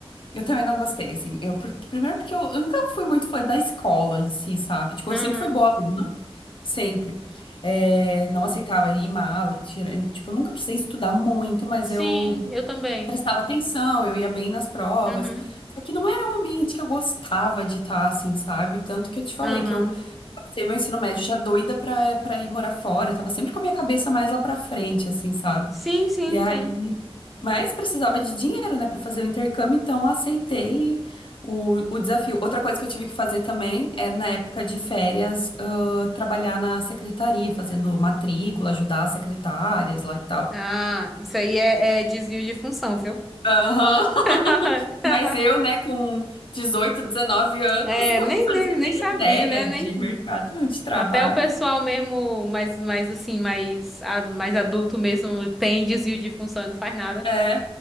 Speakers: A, on the left; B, in the centre.
A: Eu também não gostei, assim. Eu, porque- primeiro porque eu, eu nunca fui muito fã da escola em si, sabe? Tipo,
B: Aham.
A: eu sempre fui boa aluna. Sempre. É, não aceitava ir mal e tira... eh, Tipo, eu nunca precisei estudar muito, mas
B: Sim,
A: eu
B: eu também.
A: prestava atenção, eu ia bem nas provas.
B: Uhum.
A: Só que não era um ambiente que eu gostava de estar, assim, sabe? Tanto que eu te falei
B: Aham.
A: que eu passei meu ensino médio já doida pra, pra ir morar fora. Eu tava sempre com a minha cabeça mais lá pra frente, assim, sabe?
B: Sim, sim,
A: E aí,
B: sim.
A: mas precisava de dinheiro, né, para fazer o intercâmbio, então eu aceitei o, o desafio. Outra coisa que eu tive que fazer também é, na época de férias, ah, trabalhar na secretaria, fazendo matrícula, ajudar as secretárias lá e tal.
B: Ah, isso aí é, é desvio de função, viu?
A: Aham.
B: <laughs>
A: Mas eu, né, com 18 19 anos,
B: É,
A: não
B: nem,
A: fazia
B: nem, nem
A: nem
B: sabia,
A: ideia
B: né?
A: de
B: Nem...
A: mercado de trabalho.
B: Até o pessoal mesmo, mais, mais assim, mais, a- mais adulto mesmo, tem desvio de função e não faz nada.
A: É,